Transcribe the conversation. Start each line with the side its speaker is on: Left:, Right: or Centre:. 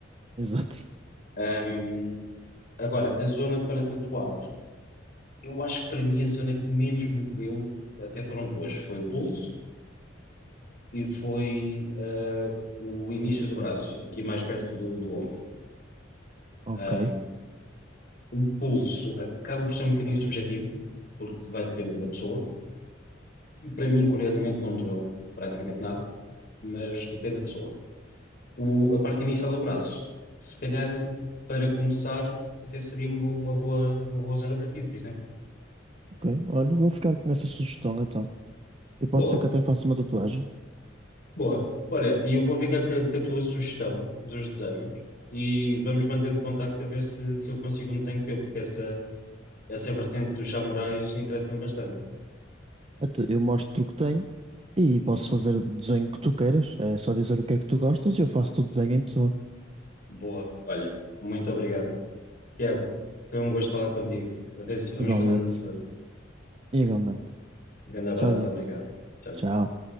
Right: Exato.
Left: Ahm, agora, a zona para tatuar, eu acho que para mim a zona que menos me doeu até foram duas. Foi o pulso e foi ah, o início do braço, aqui mais perto do, do ombro.
Right: Ok.
Left: Ahm, o pulso acaba por ser um bocadinho subjetivo, porque vai depender da pessoa. Para mim, curiosamente, não me doeu praticamente nada, mas depende da pessoa. O- a parte inicial do braço, se calhar para começar, até seria uma, uma boa, uma boa zona para ti, por exemplo.
Right: Ok. Olha, vou ficar com essa sugestão então. E pode
Left: Boa,
Right: ser que até faça uma tatuagem.
Left: boa. Olha, e eu vou ficar com a, com a tua sugestão dos desenhos e vamos mantendo contacto a ver se, se eu consigo um desenho teu, porque essa, essa vertente dos samurais interessa-me bastante.
Right: Então, Eu mostro o que tenho e posso fazer o desenho que tu queiras. É só dizer o que é que tu gostas e eu faço o desenho em pessoa.
Left: Boa, olha, muito obrigado. Tiago, foi um gosto falar contigo. A ver se vamos
Right: Igualmente.
Left: falando no futuro.
Right: Igualmente.
Left: Um grande abraço,
Right: Tchauzinho.
Left: obrigado. Tchau,
Right: Tchau.
Left: tchau.